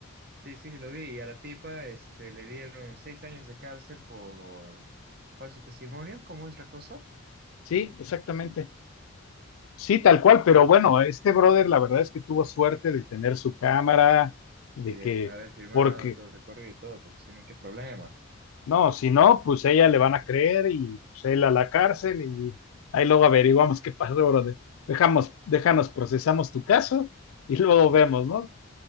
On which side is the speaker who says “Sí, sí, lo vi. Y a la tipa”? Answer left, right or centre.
Right